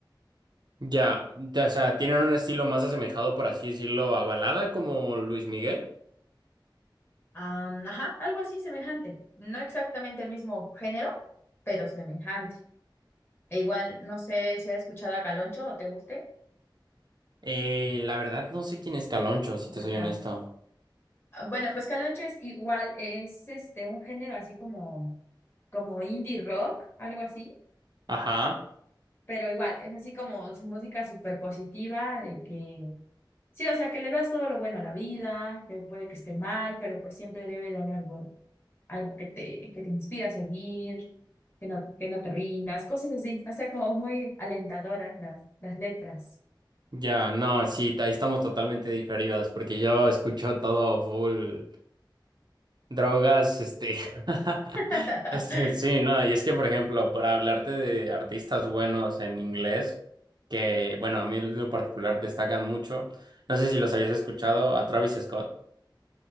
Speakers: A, on the right (about 60°); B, on the left (about 30°).
A: Ya. ya, O sea, ¿tienen un estilo más asemejado, por así decirlo, a balada como Luis Miguel?
B: Am, ajá, algo así semejante. No exactamente el mismo género, pero semejante. E igual, no sé si has escuchado a Caloncho o te guste.
A: Eh, la verdad no sé quién es Caloncho, si
B: No.
A: te soy honesto.
B: Ah, Bueno, pues Caloncho es igual, es este un género así como, como indie rock, algo así,
A: Ajá.
B: pero igual, es así como su música súper positiva, de que Sí, o sea, que le veas todo lo bueno a la vida, que puede que esté mal, pero pues siempre debe de haber algo, algo que te, que te inspira a seguir, que no, que no te rindas, cosas así, o sea, como muy alentadoras las, las letras.
A: Ya, no, sí, ahí estamos totalmente diferidas, porque yo escucho todo full. Drogas, este, <laughs>
B: <laughs>
A: este, sí, no, y es que, por ejemplo, para hablarte de artistas buenos en inglés, que, bueno, a mí en lo particular destacan mucho, no sé si los habías escuchado, a Travis Scott,